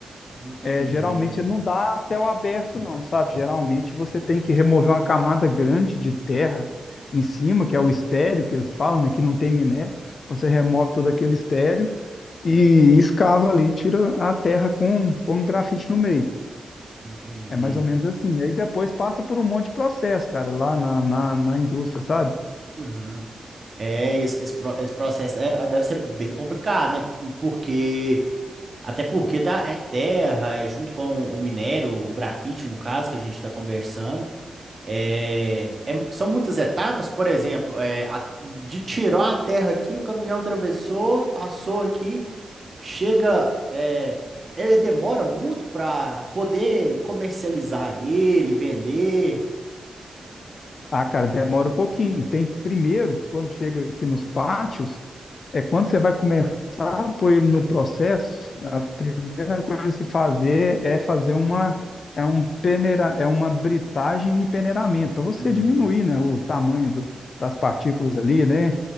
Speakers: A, on the right (about 35°); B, on the left (about 60°).
A: Entendi,
B: é, geralmente não dá céu aberto, não, sabe? Geralmente você tem que remover uma camada grande de terra em cima, que é o estéreo que eles falam, né, que não tem minério. Você remove todo aquele estéreo e escava ali, tira a terra com, com grafite no meio.
A: entendi.
B: É mais ou menos assim. Aí depois passa por um monte de processo, cara, lá na, na, na indústria, sabe?
A: Uhum. É, esse, esse, pro- esse processo é- é, deve ser bem complicado, né? Porque, até porque tá, é terra, é junto com o minério, o grafite, no caso, que a gente está conversando. É, é- são muitas etapas, por exemplo, é, a- de tirar a terra aqui, o caminhão atravessou, passou aqui, chega. É, ele demora muito para poder comercializar ele, vender.
B: Ah, cara, demora um pouquinho. Tem primeiro, quando chega aqui nos pátios, é quando você vai começar a pôr ele no processo, a primeira coisa a se fazer é fazer uma é um peneira, é uma britagem e peneiramento, para você
A: Uhum,
B: diminuir, né, o tamanho do- das partículas ali, né?